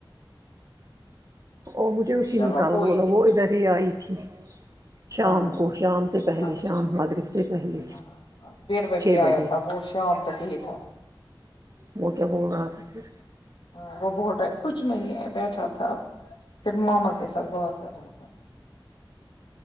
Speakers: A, on the right (about 40°); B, on the left (about 70°).
A: و مجھے اسی
B: چلو
A: نے کال
B: کوئی
A: بولا
B: نہیں
A: وہ ادھر ہی آئی تھی شام
B: ہاں
A: کو شام سے پہلے
B: اچھا
A: شام مغرب سے پہلے
B: ہاں ڈیڑھ
A: چھ بجے
B: آیا تھا وہ شام تک ہی تھا
A: وہ کیا بول رہا تھا پھر
B: آ وہ بہت کچھ نہیں ہے بیٹھا تھا پھر ماما کے ساتھ بات کر رہا تھا